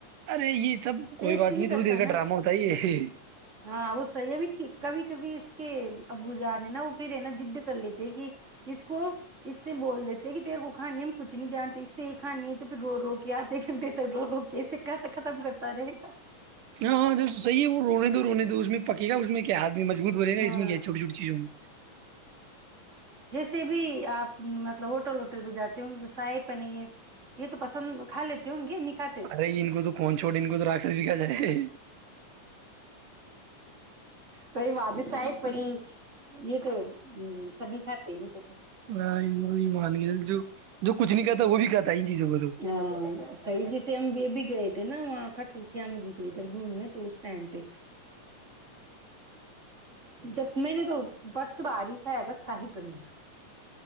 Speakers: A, on the right (about 80°); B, on the right (about 20°).
A: ارے یہ سب کوئی
B: ٹیسٹ
A: بات
B: ہی نہیں کرتا
A: تھوڑی دیر کا
B: نا
A: ڈرامہ ہوتا ہے یہ
B: ہاں وہ ص یہ بھی کبھی کبھی کہ ابو جان ہے نا وہ پھر ہے نا جد کر لیتے کہ اس کو اس سے بول دیتے کہ ت وہ کھانانی ہے ہم کچھ نہیں جانتے اس سے یہ کھانانی ہے تو پھر رو رو کےدھے گھنٹے تک رو رو کے اس ختم کرتے پے گا
A: ہاں ہاں جو صحی ہے وہ رونے دو رونے دو اس میں پکی گا اس میں کیاھ مجبوط ہو رہے ہیں نا
B: ہاں
A: اس میں کیا چھوٹی چھوٹی چیزوں میں
B: سے بھی آپ مطلب ہوٹل ووٹل بھی جاتے ہو شاہی پنیر یہ تو پسند کھا لیتے ہوں گے نہیں کھاتے
A: ارے ان کو تو کون چھوڑ ان کو تو راکشس بھی کہا جائے
B: صحی بات ہے ساحب پری یہ تو سبھی کھات تو
A: ہاں ایمان جو جو کچھ نہیں کہاتا وہ بھی کاتا ہے ان چیزوں کو تو
B: ہاں سج سےم بھی بھی گئے تھے نا وہاں کٹو شیام جی کے ادھر گھومنے تو اس ٹائم پہ جب میں نے تو فسٹ بارف ہے ای تھا شاہی پنیر